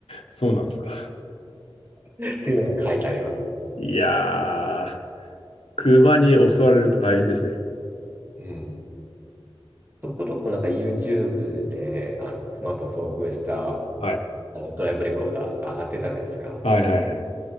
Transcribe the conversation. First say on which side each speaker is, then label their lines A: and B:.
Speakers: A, on the left; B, on the right.
A: そうなんですか。
B: <laughs> っていうのが書いてありますね。
A: いやー、熊に襲われると大変ですね。
B: うん。そこどこなんか YouTube で、あの、熊と遭遇した、あ
A: はい。
B: の、ドライブレコーダーとか上がってるじゃないですか。
A: はいはいはい。